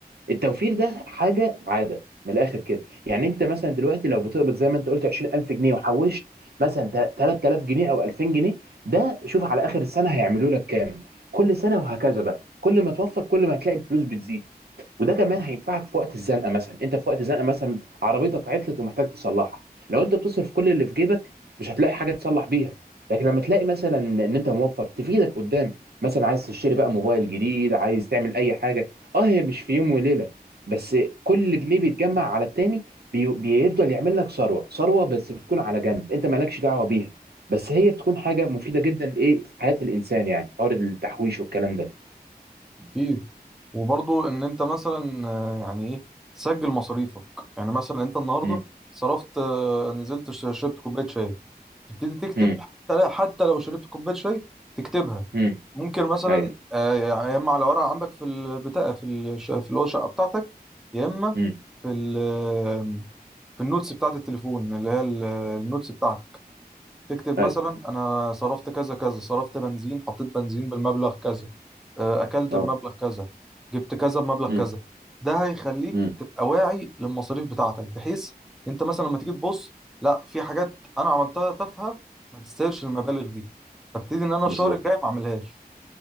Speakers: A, on the right; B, in the centre.
A: التوفير ده حاجه عاده من الاخر كده يعني انت مثلا دلوقتي لو بتقبض زي ما انت قلت 20000 جنيه وحوشت مثلا تا- 3000 جنيه او 2000 جنيه ده شوف على اخر السنه هيعملوا لك كام كل سنه وهكذا بقى كل ما توفر كل ما هتلاقي الفلوس بتزيد وده كمان هينفعك في وقت الزنقه مثلا انت في وقت الزنقه مثلا عربيتك عطلت ومحتاج تصلحها لو انت بتصرف كل اللي في جيبك مش هتلاقي حاجه تصلح بيها لكن لما تلاقي مثلا ان انت موفر تفيدك قدام مثلا عايز تشتري بقى موبايل جديد عايز تعمل اي حاجه اه هي مش في يوم وليله بس كل جنيه بيتجمع على التاني بي... بيفضل يعمل لك ثروه ثروه بس بتكون على جنب انت مالكش دعوه بيها بس هي بتكون حاجه مفيده جدا لايه في حياه الانسان يعني حوار التحويش والكلام ده
B: اكيد وبرضو ان انت مثلا آه، يعني ايه تسجل مصاريفك يعني مثلا انت النهارده
A: امم
B: صرفت آه، نزلت ش- شربت كوبايه شاي تبتدي تكتب
A: امم
B: حتى حتى لو شربت كوبايه شاي تكتبها
A: امم
B: ممكن مثلا
A: ايوه
B: آه، يا اما على ورقه عندك في البتاع في الش- في اللي هو الشقه بتاعتك يا اما
A: امم
B: في ال- في النوتس بتاعت التليفون اللي هي ال- النوتس بتاعتك تكتب
A: ايوه
B: مثلا انا صرفت كذا كذا صرفت بنزين حطيت بنزين بالمبلغ كذا آه، اكلت
A: اه
B: بمبلغ كذا جبت كذا بمبلغ
A: امم
B: كذا ده هيخليك
A: امم
B: تبقى واعي للمصاريف بتاعتك بحيث انت مثلا لما تيجي تبص لا في حاجات انا عملتها تافهه ما تستاهلش المبالغ دي فابتدي ان انا الشهر
A: بالظبط
B: الجاي ما اعملهاش